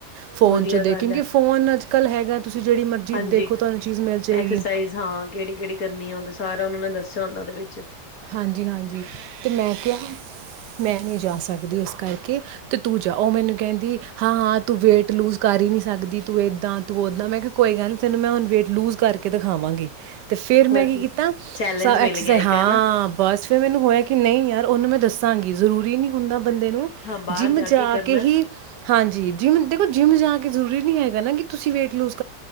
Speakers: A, on the right; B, on the left.
A: ਫੋਨ
B: ਵਧੀਆ
A: ਚ
B: ਗੱਲ
A: ਦੇ ਕਿਂਕ
B: ਹੈ
A: ਫੋਨ ਅੱਜ ਕਲ ਹੈਗਾ ਤੁਸੀਂ ਜਿਹੜੀ ਮਰਜੀ
B: ਹਾਂਜੀ
A: ਦੇਖੋ ਤੁਹਾਨੂੰ ਚੀਜ਼ ਮਿਲ ਜਾਏਗੀ
B: ਐਕਸਰਸਾਈਜ਼ ਹਾਂ ਕਿਹੜੀ ਕਿਹੜੀ ਕਰਨੀ ਆ ਉਹ ਸਾਰਾ ਉਹਨਾਂ ਨੇ ਦੱਸਿਆ ਹੁੰਦਾ ਉਹਦੇ ਵਿੱਚ
A: ਹਾਂਜੀ ਹਾਂਜੀ ਤੇ ਮੈਂ ਕਿਹਾ ਮੈਂ ਨਹੀਂੀ ਜਾ ਸਕਦੀ ਇਸ ਕਰਕੇ ਤੇ ਤੂੰ ਜਾ ਉਹ ਮੈਨੂੰ ਕਹਿੰਦੀ ਹਾਂ ਹਾਂ ਤੂੰ ਵੇਟ ਲੂਜ ਕਰ ਹੀ ਨਹੀਂੀ ਸਕਦੀ ਤੂੰ ਏਦਾਂ ਤੂੰ ਓਦਾਂ ਮੈਂ ਕਿਹਾ ਕੋਈ ਗੱਲ ਨ ਤੈਨੂੰ ਮੈਂ ਹੁਣ ਵੇਟ ਲੂਜ ਕਰਕੇ ਕੇ ਦਿਖਾਵਾਂਗੀ ਤੇ ਫੇਿਰ ਮੈਂ
B: ਵਧ
A: ਕੀ ਕੀਤਾ
B: ਚੈਲੇਂਜ
A: ਐਕਸਾਈਜ਼
B: ਮਿਲ ਗਿਆ ਇੱਕ
A: ਹਾਂ
B: ਹਨਾ
A: ਬਸ ਫਿਰ ਮੈਨੂੰ ਹੋਇਆ ਕਿ ਨਹੀਂ ਯਾਰ ਉਹਨੂੰ ਮੈਂ ਦੱਸਾਂਗੀ ਜ਼ਰੂਰੀ ਨੀ ਹੁੰਦਾ ਬੰਦੇ ਨੂੰ
B: ਹਾਂ ਬਾਹਰ
A: ਜਿੰਮ ਜਾ
B: ਕਰਨਾ
A: ਕੇ ਹੀ ਹਾਂਜੀ ਜਿੰਮ ਦੇਖੋ ਜਿੰਮ ਜਾ ਕੇ ਜ਼ਰੂ ਨ ਨਹੀਂ ਹੈਗਾ ਨਾ ਕਿ ਤੁਸੀਂ ਵੇਟ ਲੂਸ